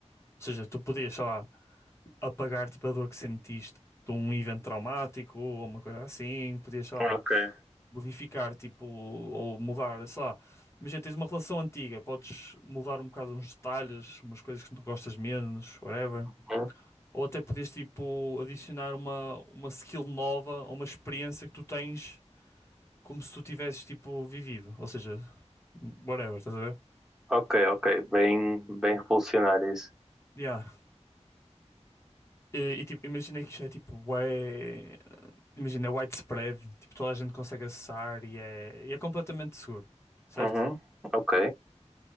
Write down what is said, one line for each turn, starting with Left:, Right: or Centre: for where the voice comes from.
Left: Ou seja, tu podias, sei lá, apagar tipo a dor que sentiste de um evento traumático ou uma coisa assim, podias, sei lá,
Centre: ok.
Left: modificar tipo ou mudar, sei lá. Imagina, tens uma relação antiga, podes mudar um bocado uns detalhes, umas coisas que não gostas menos, whatever.
Centre: Uhum.
Left: Ou até podias tipo adicionar uma uma skill nova ou uma experiência que tu tens como se tu tivesses tipo vivido, ou seja, whatever, estás a ver?
Centre: Ok, ok. Bem, bem revolucionário isso.
Left: Yeah. E, e, tipo, imagina que isto é tipo, ué. Imagina, é widespread, tipo, toda a gente consegue acessar e é, e é completamente seguro, certo?
Centre: Uhum, ok.